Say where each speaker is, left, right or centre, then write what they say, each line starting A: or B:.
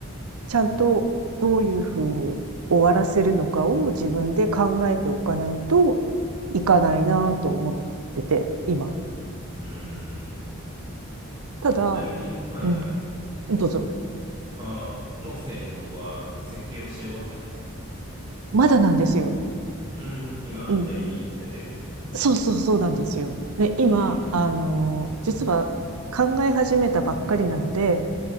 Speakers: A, on the right (about 85°); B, on the right (about 20°).
A: ちゃんとどういうふうに終わらせるのかを自分で考えておかないといかないなと思ってて、今。
B: うーん。
A: ただ、
B: ちなみに、はいはい。
A: うん、どうぞ。
B: ああ、もうすでにそこは設計はし終わったんですか
A: まだなんですよ。
B: うん、今、
A: うん。
B: やり、やってるんですね。
A: そうそうそうなんですよ。で、今、
B: うん。
A: あのー実は考え始めたばっかりなので、